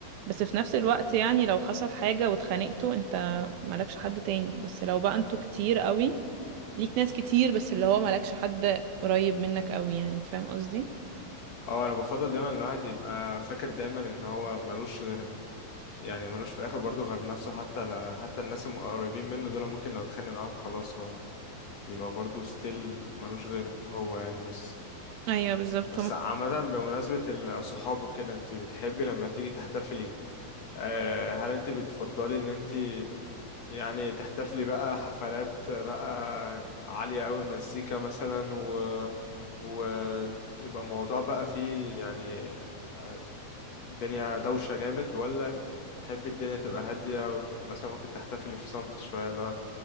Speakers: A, on the right (about 80°); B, on the left (about 55°).
A: بس في نفس الوقت يعني لو حصل حاجه واتخانقتوا انت مالكش حد تاني بس لو بقى انتوا كتير قوي ليك ناس كتير بس اللي هو مالكش حد قريب منك قوي يعني فاهم قصدي
B: اه أنا بفضل دايما الواحد يبقى فاكر دايما إن هو ملوش غير يعني ملوش في الآخر برضه غير نفسه حتى ل... حتى الناس القريبين منه دول ممكن لو اتخانق معاهم خلاص هو يبقى برضه ستيل ملوش غير هو يعني بس
A: ايوه بالظبط
B: بس
A: هو
B: عامة بمناسبة الصحاب وكده انت بتحبي لما تيجي تحتفلي آه، هل انت بتفضلي ان انت يعني تحتفلي بقى حفلات بقى عالية قوي مزيكا مثلا و ويبقى الموضوع بقى فيه يعني آه، الدنيا دوشة جامد ولا تحبي الدنيا تبقى هادية ومثلا ممكن تحتفلي في صمت شوية اللي هو